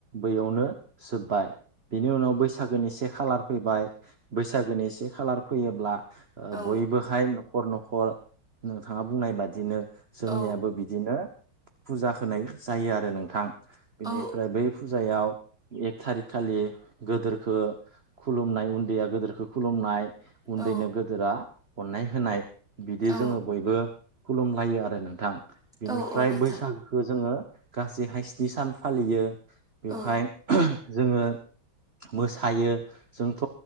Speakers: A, on the right (about 35°); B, in the centre.
A: बैयावनो जोब्बाय बिनि उनाव बैसागोनि से खालार फैबाय बैसागोनि से खालार फैयोब्ला
B: औ
A: ओ बयबोहाय न'खर न'खर नोंथाङा बुंनाय बादिनो जोंनियाबो
B: औ
A: बिदिनो फुजा खोनाय जायो आरो नोंथां बेनिफ्राय
B: औ
A: बै फुजायाव एक थारिख खालि गोदोरखो खुलुमनाय उन्दैया गोदोेरखौ खुलुमनाय उन्दैनो
B: औ
A: गोदोरा अननाय होनाय बिदि
B: औ
A: जोङो बयबो खुलुमलायो आरो नोंथां बिनिफ्राय
B: औ नोंथां
A: बैसागो खो जोङो गासैहाय स्नि सान फालियो बेवहाय
B: औ
A: जोङो मोसायो जोंथ'